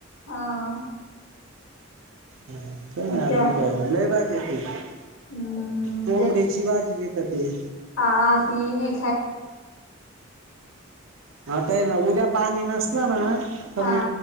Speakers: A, on the left; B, on the right.
A: हां.
B: नंतर म अजून
A: त्या
B: का लय भाजी आहे की.
A: हम्म
B: कोंबड्याची बाजी भेटते.
A: हा हा ती नाय
B: आताय ना उद्या पाणी नसला ना कमी
A: हा